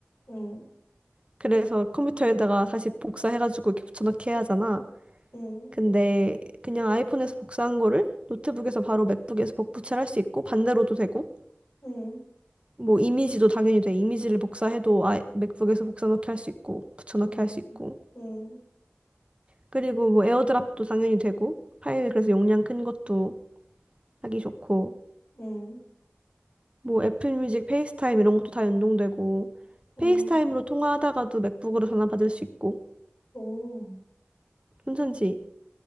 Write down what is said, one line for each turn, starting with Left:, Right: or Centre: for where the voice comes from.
Left: 음,
Right: 그래서 컴퓨터에다가 다시 복사해가지고 이렇게 붙여넣기 해야 하잖아.
Left: 음,
Right: 근데 그냥 아이폰에서 복사한 거를 노트북에서 바로 맥북에서 복붙을 할 수 있고 반대로도 되고
Left: 음,
Right: 뭐 이미지도 당연히 돼. 이미지를 복사해도 아, 맥북에서 복사넣기 할 수 있고 붙여넣기
Left: 음,
Right: 할 수 있고
Left: 음, 음,
Right: 그리고 뭐 에어드랍도 당연히 되고 파일 그래서 용량 큰 것도 하기 좋고
Left: 음,
Right: 뭐 애플뮤직, 페이스타임 이런 것도 다 연동되고
Left: 음.
Right: 페이스타임으로 통화하다가도 맥북으로 전화 받을 수 있고
Left: 오.
Right: 괜찮지?